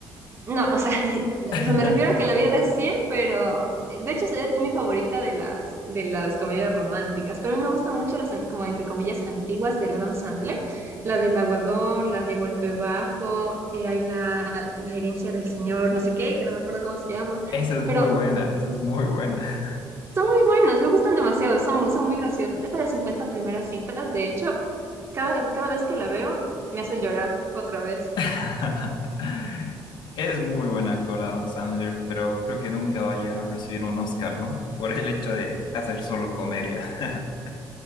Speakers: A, on the right (about 35°); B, on the left (about 70°).
A: No, o sea, <laughs>
B: <laughs>
A: o sea, me refiero a que la vi recién, pero eh, de hecho es mi favorita de las, de las comedias románticas. Pero a mí me gustan mucho las, an- como entre comillas, antiguas del Adam Sandler. La del aguador, la de golpe bajo, eh, hay la, la herencia del señor, no sé qué, que no me acuerdo cómo se llama.
B: Esa es muy
A: Pero
B: buena, esa es muy buena.
A: son muy buenas, me gustan demasiado, son, son muy graciosas. Esta de Cincuenta primeras citas, de hecho, cada, cada vez que la veo me hace llorar otra vez.
B: <laughs> Es muy buena actora Adam Sandler, pero creo que nunca va a llegar a recibir un Oscar, ¿no? Por el hecho de hacer solo comedia. <laughs>